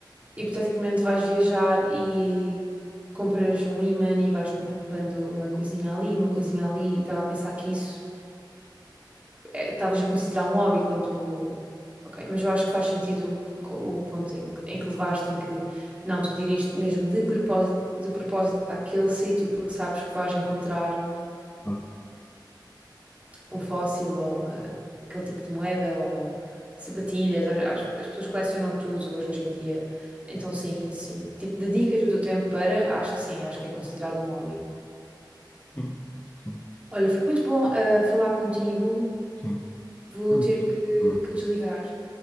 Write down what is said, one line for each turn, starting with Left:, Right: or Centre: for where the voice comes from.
Right: hipoteticamente vais viajar e compras um imã e vais comprando uma coisinha ali, uma coisinha ali. e Estava a pensar que isso é, estavas a considerar um hobby quando. Ok, mas eu acho que faz sentido o, co- o ponto em, que- em que levaste, em que não, tu diriste mesmo de propósito, de propósito àquele sítio porque sabes que vais encontrar.
Left: claro,
Right: um fóssil ou uma- aquele tipo de moeda ou sapatilhas. As, as- as pessoas colecionam tudo hoje em dia. Então, sim, sim. Tipo, dedicas o teu tempo para, acho que sim, acho que é considerado um hobby.
Left: sim, acho que sim.
Right: Olha, foi muito bom, ah, falar contigo.
Left: Sim.
Right: Vou
Left: Foi
Right: ter
Left: muito gostoso
Right: que,
Left: também.
Right: que desligar.